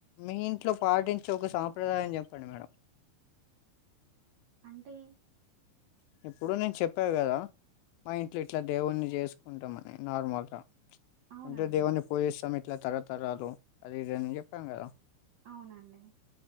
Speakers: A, on the left; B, on the right.
A: మియింట్లో పాటించే, ఒక సాంప్రదాయం చెప్పండి మెడం.
B: అంటే
A: ఇప్పుడు నె చెప్పా కదా మా ఇంట్లొ ఇట్ల దేవుణ్ణి చేసుకుంటమని నార్మల్గ
B: అవునండి
A: అంటె దేవున్ని పూజి సమెట్ ఇట్ల తరతరాలు అది ఇదని చెప్పాం కదా
B: అవునండి